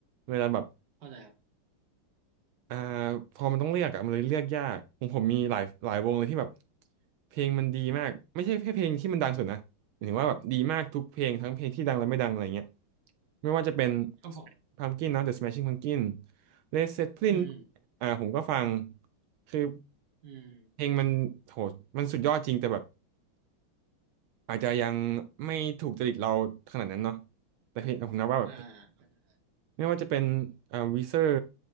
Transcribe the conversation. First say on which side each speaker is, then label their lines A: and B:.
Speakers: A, on the right (about 75°); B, on the right (about 55°).
A: เวลาแบบ
B: เข้าใจครับ
A: อ่าพอมันต้องเลือกอะมันเลยเลือกยากผมผมมีหลายหลายวงเลยที่แบบเพลงมันดีมากไม่ใช่แค่เพลงที่มันดังสุดนะหมายถึงว่าแบบดีมากทุกเพลงทั้งเพลงที่ดังและไม่ดังอะไรเงี้ยไม่ว่าจะเป็น
B: ครับผม
A: Pumpkin เนาะ The Smashing Pumpkin Led Zeppelin
B: อืม
A: อ่าผมก็ฟังคือ
B: อืม
A: เพลงมันโหมันสุดยอดจริงแต่แบบอาจจะยังไม่ถูกจริตเราขนาดนั้นเนาะแต่เพลงผมนับว่าแบบ
B: อ่าเข้าใจได้
A: ไม่ว่าจะเป็นอ่าวีเซอร์